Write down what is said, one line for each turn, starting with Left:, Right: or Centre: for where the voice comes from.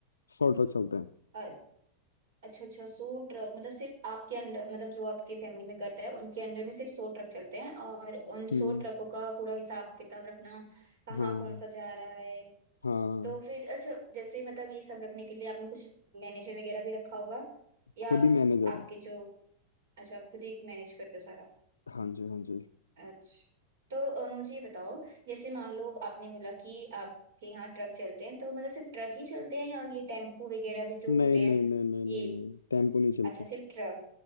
Left: सौ ट्रक चलते हैं
Right: अ, अच्छा अच्छा सौ ट्रक मतलब सिर्फ आपके अंडर मतलब जो आपकी फैमिली में करता है उनके अंडर में सिर्फ सौ ट्रक चलते हैं और उन
Left: हम्म
Right: सौ ट्रकों का पूरा हिसाब किताब रखना कहाँ
Left: हाँ
Right: कौन सा जा रहा है
Left: हाँ
Right: तो फिर अच्छा जैसे मतलब ये सब रखने के लिए आपने कुछ मैनेजर वगैरह भी रखा होगा या
Left: खुद ही
Right: स-
Left: मैनेजर
Right: आपके
Left: हैं
Right: जो अच्छा आप खुद ही मैनेज करते हो सारा
Left: हाँ जी हाँ जी
Right: अच्छा तो अ, मुझे ये बताओ जैसे मान लो आपने बोला कि आपके यहाँ ट्रक चलते हैं तो मतलब सिर्फ ट्रक ही चलते हैं या ये टेम्पो वगैरह भी जो
Left: नहीं
Right: होते
Left: नहीं
Right: हैं
Left: नहीं नहीं नहीं
Right: ये
Left: नहीं टेम्पो नहीं चलते
Right: अच्छा सिर्फ ट्रक